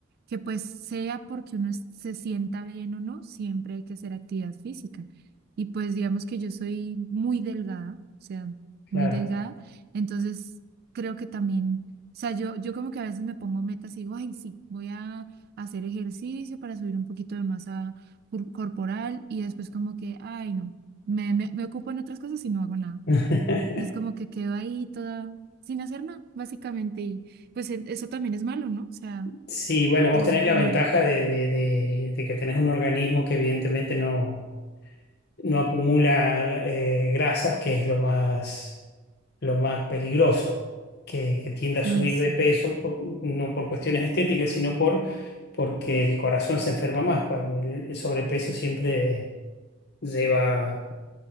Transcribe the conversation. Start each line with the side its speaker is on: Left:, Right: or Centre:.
Right: que pues sea porque uno es- se sienta bien o no, siempre hay que hacer actividad física. Y pues digamos que yo soy muy delgada, o sea, muy
Left: claro.
Right: delgada. Entonces creo que también, o sea, yo, yo como que a veces me pongo metas y digo, ay, sí, voy a hacer ejercicio para subir un poquito de masa cor- corporal y después como que, ay, no, me, me, me ocupo en otras cosas y no hago nada.
Left: <laughs>
Right: Entonces como que quedo ahí toda sin hacer nada, básicamente. Y pues e- eso también es malo, ¿no? O sea,
Left: Sí, bueno, vos
Right: eso es
Left: tenés
Right: súper
Left: la ventaja
Right: malo.
Left: de, de- de- de que tenés un organismo que evidentemente no, no acumula eh, grasas, que es lo más, lo más peligroso, que, que tiende a subir
Right: Ay, sí.
Left: de peso, por- no por cuestiones estéticas, sino por, porque el corazón se enferma más. Cuando el el sobrepeso siempre lleva